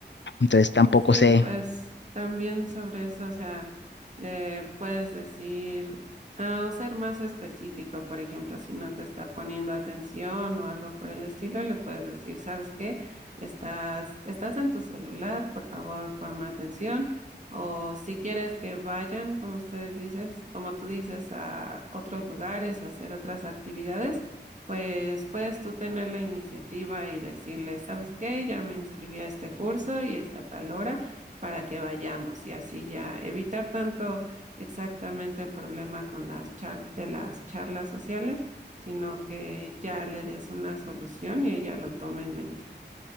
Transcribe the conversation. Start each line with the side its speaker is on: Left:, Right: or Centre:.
Left: Entonces tampoco
Right: Sí,
Left: sé,
Right: pues también sobre eso, o sea, le puedes decir ah, o ser más específico, por ejemplo, si no te está poniendo atención o algo por el estilo, le puedes decir, ¿sabes qué? Estás, estás en tu celular, por favor, ponme atención. O si quieres que vayan, como ustedes dices, como tú dices, a otros lugares, a hacer otras actividades pues puedes tú tener la iniciativa y decirle, ¿sabes qué? Ya me inscribí a este curso y es a tal hora para que vayamos y así ya evitar tanto exactamente el problema con las char- de las charlas sociales, sino que ya le des una solución y ella lo tome en mente.